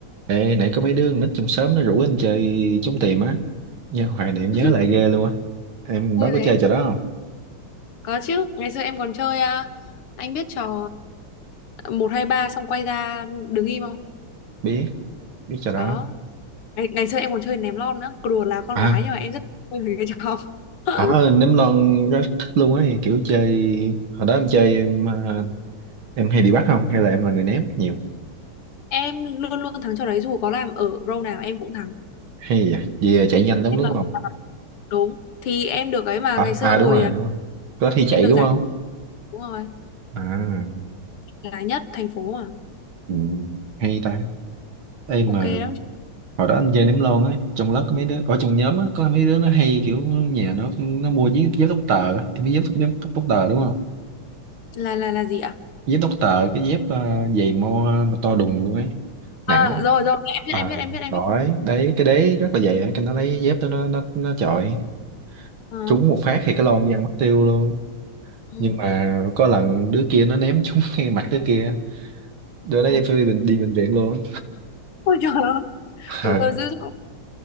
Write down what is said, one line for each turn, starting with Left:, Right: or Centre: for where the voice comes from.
Right: Ê, nãy có mấy đứa con nít trong xóm nó rủ anh chơi trốn tìm á. Nhớ hoài niệm nhớ
Left: <laughs>
Right: lại ghê luôn á. Em
Left: Vui
Right: đó có
Left: thế.
Right: chơi trò đó không?
Left: Có chứ, ngày xưa em còn chơi à, anh biết trò um, 1 2 3 xong quay ra đứng im không?
Right: Biết, biết trò đó.
Left: Đó. Ngày, ngày xưa em còn chơi ném lon nữa, Cứ đùa là con
Right: À,
Left: gái nhưng mà em rất vui với cái trò. <laughs>
Right: ở nấm lon rất thích luôn ấy, kiểu chơi hồi đó em chơi em, à, em hay bị bắt không hay là em là người ném nhiều?
Left: Em luôn luôn thắng trò đấy dù có làm ở row nào em cũng thắng.
Right: Hay vậy? Vì chạy nhanh đúng
Left: Em
Right: đúng
Left: là
Right: không?
Left: đúng. Thì em được ấy mà
Right: À,
Left: ngày xưa
Right: à
Left: hồi
Right: đúng rồi,
Left: à,
Right: đúng rồi. Có thi chạy
Left: em được
Right: đúng
Left: giải
Right: không?
Left: đúng rồi,
Right: À,
Left: là nhất thành phố mà.
Right: ừ, hay ta. Ê mà
Left: Ok lắm.
Right: hồi đó anh chơi ném lon á trong lớp có mấy đứa ở trong nhóm á có mấy đứa nó hay kiểu nhà nó nó mua dép dép tóc tờ á. em biết dép tóc dép tóc, tóc tờ đúng không
Left: Là là là gì ạ?
Right: dép tóc tờ cái dép ờ, giày mo mà to đùng luôn ấy nặng
Left: À?
Right: lắm
Left: rồi rồi, em biết
Right: à,
Left: em biết em biết em
Right: đói
Left: biết.
Right: đấy cái đế rất là dày cái nó lấy dép đó nó nó nó chọi
Left: Ờ,
Right: trúng một phát thì cái lon văng mất tiêu luôn
Left: ừ.
Right: nhưng mà có lần đứa kia nó ném trúng ngay mặt đứa kia đứa
Left: ừ.
Right: đó đi phải đi bệnh, đi bệnh viện luôn
Left: Ôi trời ơi,
Right: <laughs> Ờ.
Left: tuổi thơ dữ dội.